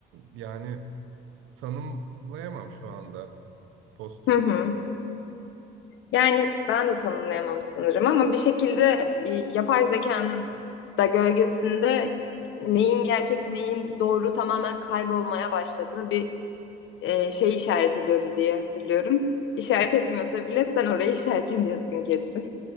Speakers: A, on the right; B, on the left.
A: yani tanımlayamam şu anda post-truth.
B: Hı hı. Yani ben de tanımlayamam sanırım ama bir şekilde e, yapay zekanın da gölgesinde neyin gerçek, neyin doğru tamamen kaybolmaya başladığı bir e, şey işaret ediyordu diye hatırlıyorum. İşaret etmiyorsa bile sen orayı <laughs> işaret ediyorsun kesin.